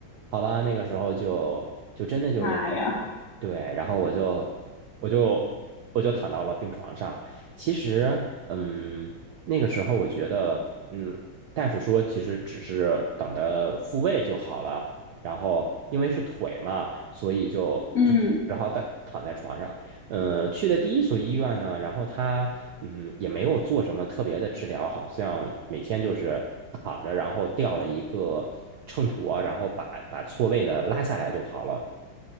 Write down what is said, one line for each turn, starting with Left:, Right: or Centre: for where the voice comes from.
Right: 好吧，那个时候就就真的就是开始，
Left: 妈呀！
Right: 对，然后我就我就我就躺到了病床上。其实，嗯，那个时候我觉得，嗯，大夫说其实只是等着复位就好了。然后因为是腿嘛，所以就就只只好躺躺在床上。
Left: 嗯
Right: 呃，去的第一所医院呢，然后他嗯也没有做什么特别的治疗，好像每天就是躺着，然后吊了一个秤砣啊，然后把把错位的拉下来就好了。